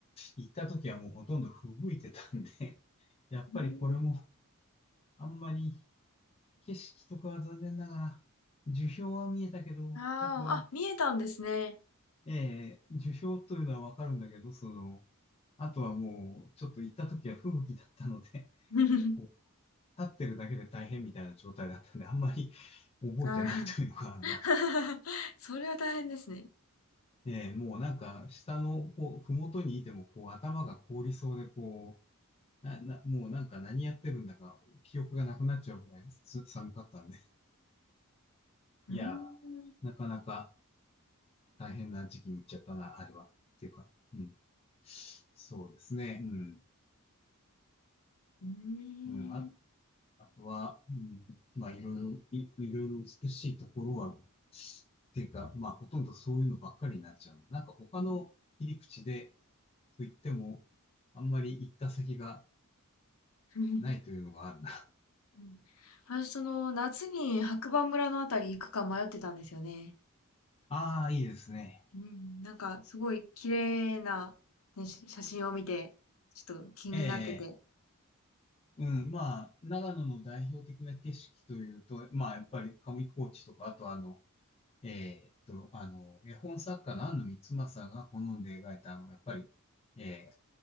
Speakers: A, on the left; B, on the left.
A: 行った時はもうほとんど吹雪いてたんで、<laughs> やっぱりこれも
B: うーん、
A: あんまり景色とかは残念ながら、樹氷は見えたけど、
B: あ
A: あとは、
B: あ、あ、見えたんですね。
A: ええ樹氷というのはわかるんだけど、その、あとはもうちょっと行った時は吹雪だったので、
B: <laughs>
A: <laughs> こう、立ってるだけで大変みたいな状態だったんで、あんまり覚えてないというのがあるな。
B: あら。<laughs> それは大変ですね。
A: ええもうなんか下のこう、ふもとにいてもこう頭が凍りそうでこな、な、もうなんか何やってるんだか、記憶がなくなっちゃうぐらいす寒かったんで。
B: うーん。
A: いやー、<laughs> なかなか大変な時期に行っちゃったな、あれは。っていうか、うん。そうですね、うん。
B: うーん。
A: うん、あ、あとは、うん、まあいろいろ、い、いろいろ美しいところは、っていうか、まあほとんどそういうのばっかりになっちゃうな。なんか他の切り口で、
B: う
A: と言っても、あんまり行った先が
B: ん。
A: ないというのがあるな。
B: <laughs>
A: <laughs>
B: うん。私、その、夏に白馬村のあたり行くか迷ってたんですよね。
A: ああ、いいですね。
B: うん。なんか、すごい綺麗な、ね、し写真を見て、ちょっと気になってて。
A: ええうん、まあ、長野の代表的な景色というと、まあ、やっぱり上高地とか、あとあの、えーっと、あの、絵本作家の安野光政が好んで描いた、あの、やっぱり、え